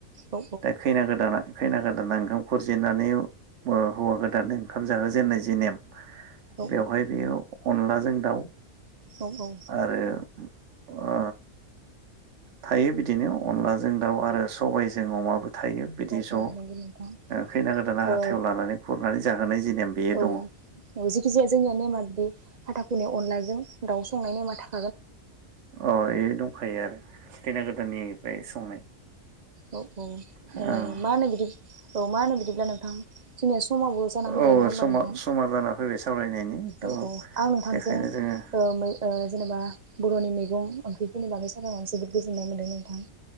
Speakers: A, on the right; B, on the right.
A: औ
B: दा खैना गोदाना खैना गोदाना ओंखाम खुरजि जेनानै ओ हौवा गोदान ओंखाम जाहो जेननाय जि नेम
A: औ
B: बेवहाय बेयो अनलाजों जों दाउ
A: औ औ
B: आरो ओ थायो बिदिनो अनलाजों दाउ आरो सबायजों अमाबो थायो बिदि
A: औ
B: ज'
A: औ
B: ओ
A: नंगौ नोंथां
B: खैना गोदाना हाथायाव
A: ओ
B: लानानै खुरनानै जाहोनाय जि नेम बेयो
A: औ
B: दङ
A: औ ओ जेखि जाया जोंनिया नेमा बिदि हाथा खुरनाय अनलाजों दाउसा बुंंनायनि ने माथा
B: अ एयो दंखायो आरो खैना गोदाननिफ्राय संनाय
A: औ औ ओ
B: औ
A: मा होनो बिदि ओ मा होनो बिदिब्ला नोथां जोंनिया समाबो जाना फैबाय
B: औ
A: नङा होमबा
B: समा
A: नोंथां
B: समा जाना फैबाय सावरायनायनि थ'
A: औ औ आं नोंथांजों
B: बेखायनो जोङो
A: मै ओ जेनेबा बर'नि मैगं ओंख्रिफोरनि बागै सावरायनायाव जोबोद गोजोननाय मोन्दों नोंथां